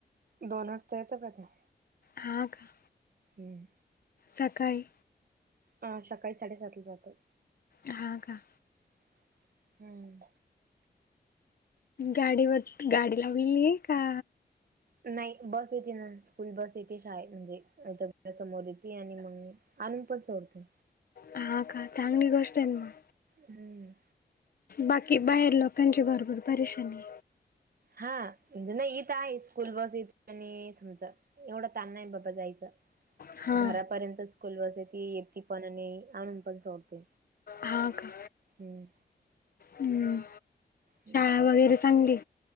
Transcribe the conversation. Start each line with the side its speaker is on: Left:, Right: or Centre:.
Right: दोन वाजता येता <unintelligible>
Left: हा का?
Right: हम्म.
Left: सकाळी.
Right: हा सकाळी साडेसातला जातात.
Left: हा का?
Right: <inaudible> हम्म.
Left: गाडीवर गाडी हविये का?
Right: नाही बस येते ना स्कूल बस येते शाळे म्हणजे ईथ घरा समोर येते आणि मंग. आणुन पण सोडते.
Left: हा का? चांगली गोष्ट ये ना.
Right: हम्म.
Left: बाकी बाहेर लोकांची भरपूर परेशानी.
Right: हा म्हणजे नाई इथं आहे स्कूल बस येती आणि समजा एवढा तान नाई बाबा जायचा
Left: हा.
Right: घरापर्यंतच् स्कूल बस येती येती पण अनी आणून पण सोडते
Left: हा का?
Right: हम्म.
Left: हम्म.
Right: हम्.
Left: <unintelligible> वगैरे सांगी.